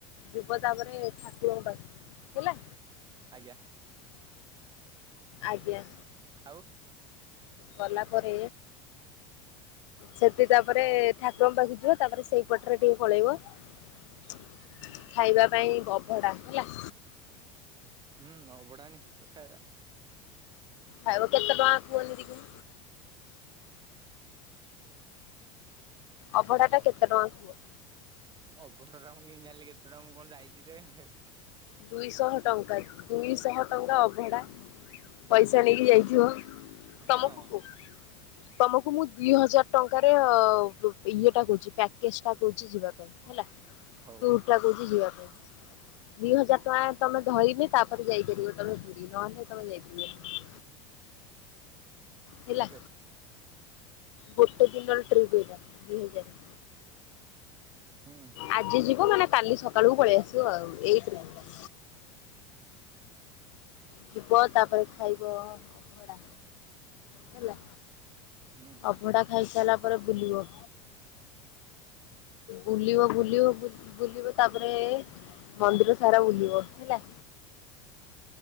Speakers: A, on the left; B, on the right.
A: ଯିବ ତାପରେ ଠାକୁରଙ୍କ ପାଖକୁ ହେଲା।
B: ଆଜ୍ଞା।
A: ଆଜ୍ଞା।
B: ଆଉ
A: ଗଲାପରେ ସେଠି ତାପରେ ଠାକୁରଙ୍କ ପାଖକୁ ଯିବ, ତାପରେ ସେଇପଟରେ ଟିକେ ପଳେଇବ ଖାଇବା ପାଇଁ ଅଭଡା ହେଲା।
B: ହୁଁ ଅଭଡ଼ା ନିଶ୍ଚିତ ଖାଇବା।
A: ଖାଇବ କେତେ ଟଙ୍କାର କୁହନି ଟିକେ? ଅଭଢା ଟା କେତେ ଟଙ୍କା ଥିବ?
B: ଅଭଢ଼ା ଟା ମୁଁ କେମିତି ଜାଣିଲି କେତେ ଟଙ୍କା। ମୁଁ କଣ ଯାଇଛି ଯେ ହେ।
A: ଦୁଇଶହ ଟଙ୍କା ଦୁଇଶହ ଟଙ୍କା ଅବ୍ ଭଡ଼ା ପଇସା ନେଇକି ଯାଇଥିବ
B: ହଁ
A: ତମକୁ କ ତମକୁ ମୁଁ ଦୁଇ ହଜାର ଟଙ୍କାର ଇଏଟା ଦଉଚି ପ୍ୟାକେଜ ଟା ଦଉଚି ଯିବା ପାଇଁ। ହେଲା
B: ହଉ
A: ତୁ <unintelligible> କହୁଛି ଯିବା ପାଇଁ। ଦି ହଜାର ଟଙ୍କା ତମେ ଧରିଲେ ତାପରେ ଯାଇପାରିବ ତମେ ପୁରୀ ନହେଲେ ତମେ ଯାଇପାରିବନି। <inaudible> ହେଲା
B: ଠିକ ଅଛି।
A: ଗୋଟେ ଦିନର ଟ୍ରିପ ଏଇଟା ଦୁଇ ହଜାର।
B: ହୁଁ
A: ଆଜି ଯିବ ମାନେ କାଲି ସକାଳକୁ ପଳେଇ ଆସିବ ଆଉ ଏଇ ଟ୍ରିପ ଯିବ ତାପରେ ଖାଇବ ଅଭଡ଼ା ହେଲା।
B: ହୁଁ
A: ଅଭଡ଼ା ଖାଇସାରିଲା ପରେ ବୁଲିବ। ବୁଲିବ ବୁଲିବ ବୁଲିବ ତାପରେ ମନ୍ଦିର ସାରା ବୁଲିବ ହେଲା।